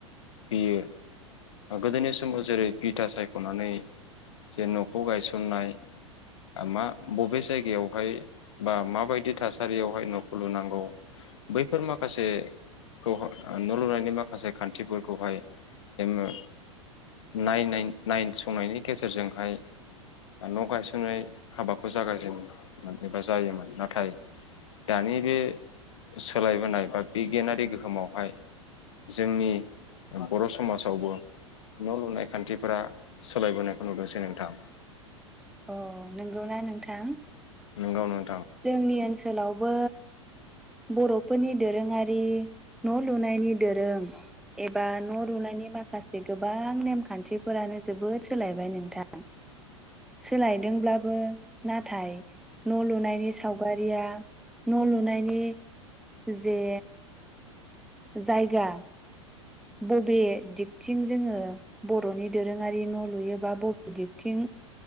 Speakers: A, on the left; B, in the centre.
A: बियो ओ गोदोनि समाव जेरै बिथा सायख'नानै जे न'खौ गायसननाय मा बबे जायगायावहाय बा माबायदि थासारियावहाय नखौ लुनांगौ बैफोर माखासेखौ न' लुनायनि माखासे खान्थिफोरखौहाय जोङो नायनाय नायसंनायनि गेजेरजोंहाय ओ न' गायसननाय हाबाखौ जागायजेनोमोन एबा जायोमोन। नाथाय दानि बे सोलायबोनाय बा बिगियानारि गोहोमावहाय जोंनि बर' समाजाव आवबो न' लुनाय खान्थि फोरा सोलायबोनायखौ नुदोंसै नोंथां।
B: अह नंगौना नोंथां?
A: गौ नों
B: जोंनि ओनसोलावबो बर'फोरनि दो रोङारि न' लुनायनि दोरों एबा न' लुनायनि माखासे गोबां नेमखान्थिफोरानो जोबोद सोलायबाय नोंथां। सोलायदोंब्लाबो नाथाय न'लुनायनि सावगारिया न' लुनायनि जे जायगा बबे दिगथिं जोङो बर'नि दोरोङारि न' लुयोबा बबे दिगथिं